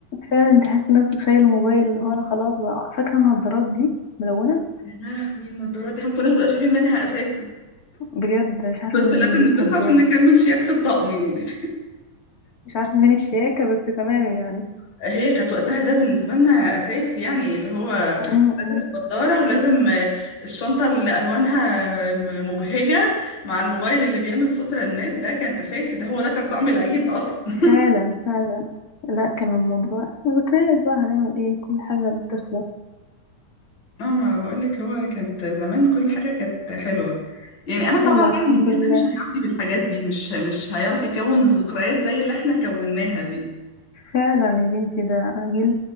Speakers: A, on the left; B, on the left.
A: فعلا تحس نفسك شايل الموبايل اللي هو انا خلاص بقى فاكره النضارات دي ملونه
B: يا لهوي النضاره دي احنا ما كناش بنبقى شايفين منها اساسا
A: بجد مش عارفه
B: بس
A: إن
B: لازم
A: نلبسها
B: نلبسها
A: ازاي
B: عشان نكمل شياكه الطقم يعني
A: مش عارفه فين الشياكه بس تمام يعني
B: هي كانت وقتها ده بالنسبة لنا أساسي يعني اللي هو
A: <laughs>
B: لازم النضارة ولازم الشنطة اللي ألوانها م- مبهجة مع الموبايل اللي بيعمل صوت رنات ده كان أساسي ده هو ده كان طعم العيد أصلا <laughs>
A: فعلا فعلا لا كان الموضوع ذكريات بقى هنعمل ايه كل حاجة بتخلص
B: اه ما بقولك هو كانت زمان كل حاجة كانت حلوة يعني أنا صعب
A: يلا
B: عليا
A: الحمد
B: إن الجيل
A: لله
B: ده مش هيعدي بالحاجات دي مش مش هيعرف يكون الذكريات زي اللي احنا كوناها دي
A: فعلا يا بنتي ده جيل